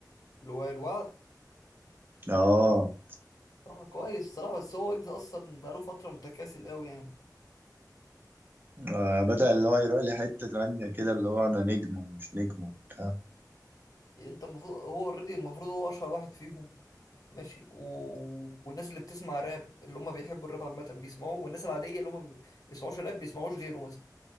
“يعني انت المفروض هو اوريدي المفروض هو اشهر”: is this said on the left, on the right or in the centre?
Left